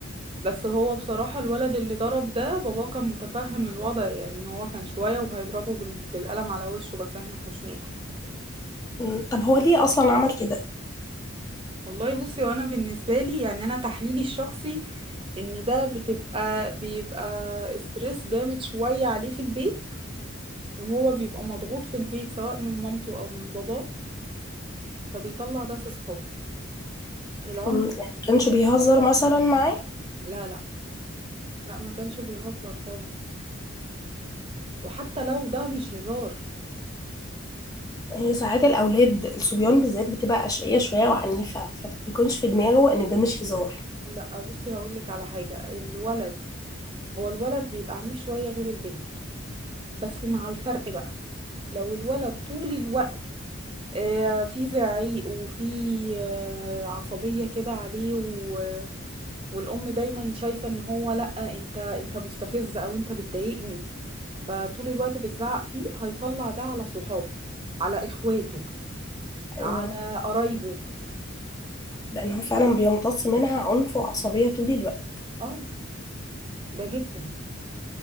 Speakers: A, on the right; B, on the left.
A: بس هو بصراحة الولد اللي ضرب ده باباه كان متفهم الوضع يعني هو كان شوية وهيضربه بال... بالقلم على وشه بس احنا حوشناه
B: مم، طب هو ليه أصلا عمل كده؟
A: والله بصي وانا بالنسبه لي يعني انا تحليلي الشخصي ان ده بتبقى بيبقى استرس جامد شويه عليه في البيت وهو بيبقى مضغوط في البيت سواء من مامته او من باباه فبيطلع ده في صحابه العنف
B: مم، يعني كانش
A: الجدال-
B: بيهزر مثلا معاه؟
A: لا لا لا ما كانش بيهزر خالص وحتى لو ده مش هزار
B: هي ساعات الأولاد الصبيان بالذات بتبقى أشقية شوية وعنيفة فمبيكونش في دماغه إن ده مش هزار
A: لا بصي هقول لك على حاجه الولد هو الولد بيبقى عنيف شويه غير البنت بس مع الفرق بقى لو الولد طول الوقت آه، في زعيق وفي آه، عصبية كده عليه و... والأم دايما شايفة ان هو لأ انت انت مستفز او انت بتضايقني فطول الوقت بتزعق فيه هيطلع ده على صحابه على اخواته على
B: أيوه
A: قرايبه
B: لأن هو فعلا بيمتص منها عنف وعصبية طول الوقت
A: اه ده جدا